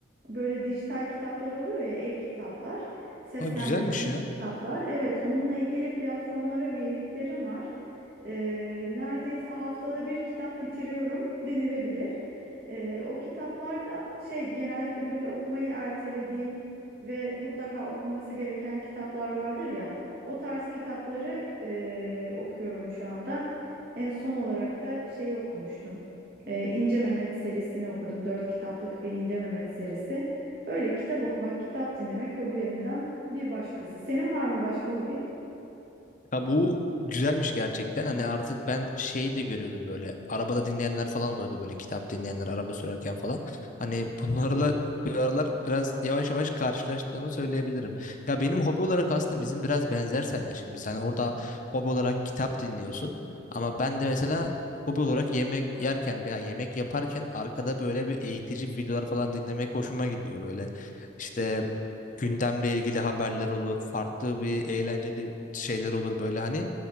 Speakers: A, on the right; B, on the left.
A: Böyle dijital kitaplar oluyor ya, e-kitaplar, seslendirilmiş
B: aa güzelmiş ya.
A: kitaplar. Evet, onunla ilgili platformlara üyeliklerim var. Eee, neredeyse haftada bir kitap bitiriyorum denilebilir. Eee, o kitaplar da şey genellikle böyle okumayı ertelediğim ve mutlaka okunması gereken kitaplar vardır ya. O tarz kitapları eee, okuyorum şu anda. En son olarak da şeyi okumuştum. Eee İnce Mehmet serisini okudum. Dört kitaplık bir İnce Mehmet serisi. Öyle kitap okumak, kitap dinlemek hobilerimden bir başkası. Senin var mı başka hobin?
B: Ya bu güzelmiş gerçekten. Hani artık ben şey de görüyordum böyle. Arabada dinleyenler falan oluyordu böyle kitap dinleyenler araba sürerken falan. Hani bunlarla bir aralar biraz yavaş yavaş karşılaştığımı söyleyebilirim. Ya benim hobi olarak aslında bizim biraz benzer seninle şimdi. Sen orada hobi olarak kitap dinliyorsun. Ama ben de mesela hobi olarak yemek yerken veya yemek yaparken arkada böyle bir eğitici videolar falan dinlemek hoşuma gidiyor böyle. İşte gündemle ilgili haberler olur, farklı bir eğlenceli şeyler olur böyle hani